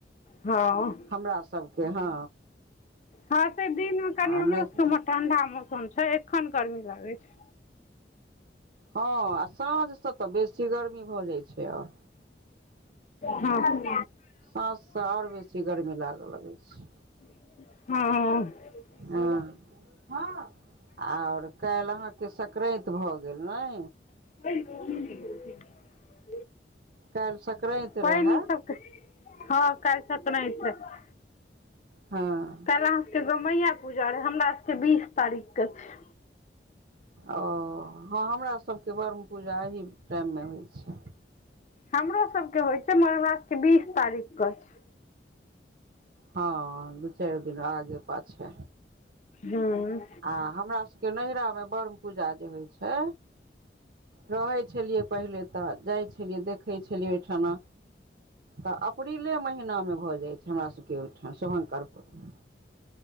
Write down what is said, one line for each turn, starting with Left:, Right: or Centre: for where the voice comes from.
Left: हँ
Right: हमरा सबके हँ
Left: हँ से दिनमे कनि
Right: आ
Left: हमरो
Right: नहि तऽ
Left: सबके उमहर ठण्डा मौसम छै, एखन गरमी लगै छै।
Right: हँ आ साँझ से तऽ बेसी गर्मी भऽ जाइ छै आर।
Left: हँ <unintelligible>
Right: साँझसॅं आओर बेसी गरमी लागऽ लगै छै।
Left: हँ।
Right: हँ। ह आऔर काल्हि अहाँके संक्रैत भऽ गेल नै।
Left: <unintelligible>
Right: काल्हि संक्रैत
Left: पानि
Right: रहैं।
Left: ई सबके हँ काईल संक्रैत छय।
Right: हँ
Left: काल्हि अहाँ सबके गमैया पूजा रहे, हमरा सबके बीस तारीख क छै।
Right: ओ हँ हमरा सबके ब्रम्ह पूजा एहि टाइममे होइ छै।
Left: हमरो सबके होइ छै, मगर हमरा सबके बीस तारीख कऽ होय छै।
Right: हँ दू चारि दिन आगे पाछे।
Left: हूँ
Right: आ हमरा सबके नैहरामे ब्रह्म पूजा जे होइ छै। रहै छलियै पहिले तऽ जाइ छलियै देख देखै छलिय ओहिठना, तऽ अप्रीले च महिना मे भऽ जाइ छै हमरा सबके। के ओहींठा शुभ कर म